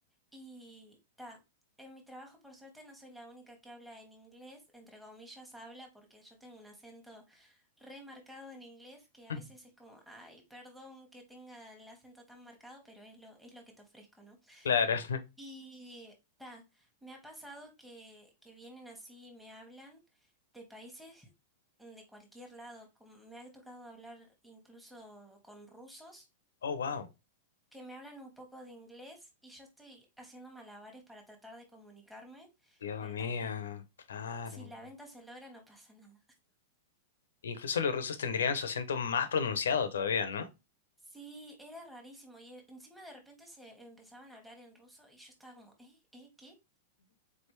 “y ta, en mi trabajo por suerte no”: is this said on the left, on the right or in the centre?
Centre